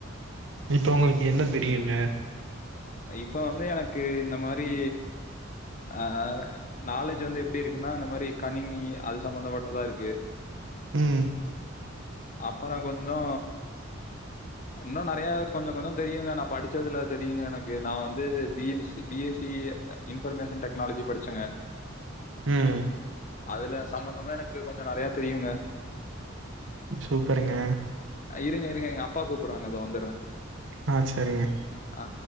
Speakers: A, on the right (about 65°); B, on the left (about 40°).
A: இப்ப உங்களுக்கு என்ன தெரியுங்க
B: இப்போ வந்து எனக்கு இந்த மாரி அ நாலேஜ் வந்து எப்டி இருக்குன்னா இந்த மாரி கணினி அது சம்மந்தப்பட்டதா இருக்கு
A: ம்
B: அப்புறோ கொஞ்சோ இன்னு நெறய கொஞ்சோ கொஞ்சோ தெரியுங்க நா படிச் சதுல தெரியுங்க எனக்கு நா வந்து B A B C B S C information technology படிச்சேங்க
A: ம்
B: அதுல சம்மந்தமே எனக்கு கொஞ்சோ நறையா தெரியுங்க
A: சூப்பருங்க
B: இருங்க இருங்க எங்க அப்பா கூப்பறாங்க இதோ வந்துர்ர
A: ஆ செரிங்க
B: ஆ